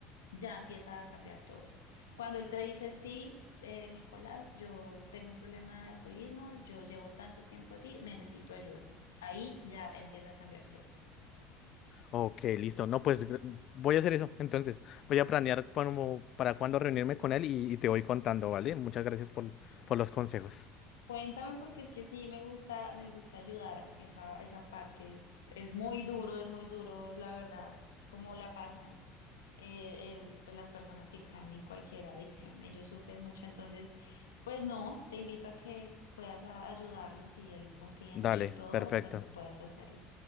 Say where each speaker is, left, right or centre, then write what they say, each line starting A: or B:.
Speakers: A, on the left; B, on the left.
A: ya empieza a cambiar todo. Cuando él te dice, sí, eh, Nicolás, yo tengo un problema de alcoholismo, yo llevo tanto tiempo así, necesito ayuda. Ahí ya empieza a cambiar todo.
B: Ok, listo, no, pues gr- voy a hacer eso, entonces voy a planear como para cuándo reunirme con él y, y te voy contando, ¿vale? Muchas gracias por, por los consejos.
A: Cuéntame porque es que sí me gusta, me gusta ayudar esa, esa parte. Es muy duro, es muy duro, la verdad, cómo la pasan eh, el- pues las personas que caen en cualquier adicción. Ellos sufren mucho, entonces, pues no, te invito a que puedas a- ayudarlos y él confía en
B: Dale,
A: ti y todo,
B: perfecto.
A: de pronto puedas hacerlo.